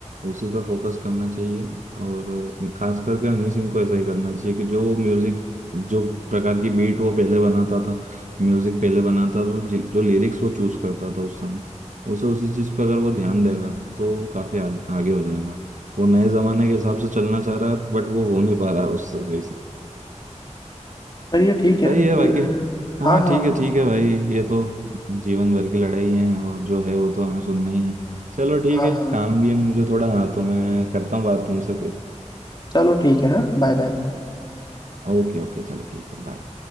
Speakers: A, on the right (about 80°); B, on the left (about 35°).
A: उसी पर फोकस करना चाहिए और खास करके हनी सिंह को ऐसा ही करना चाहिए कि जो म्यूजिक जो प्रकार की बीट वो पहले बनाता था म्यूजिक पहले बनाता था तो जि- जो लिरिक्स वो चूज करता था उस समय उसे उसी चीज पर अगर वो ध्यान देगा तो काफी आज, आगे हो जाएगा वो नए जमाने के हिसाब से चलना चाह रहा है बट वो हो नहीं पा रहा है उससे सही से
B: चलिए ठीक है
A: सही
B: फिर
A: है बाकी हाँ
B: हाँ हाँ
A: ठीक है ठीक है भाई ये तो जीवन भर की लड़ाई है और जो है वो तो हमें सुनना ही है चलो
B: हाँ
A: ठीक है
B: हाँ
A: काम भी है मुझे थोड़ा तो मैं करता हूँ बात तुमसे फिर
B: चलो ठीक है हाँ बाय बाय
A: ओके ओके चलो ठीक है बाय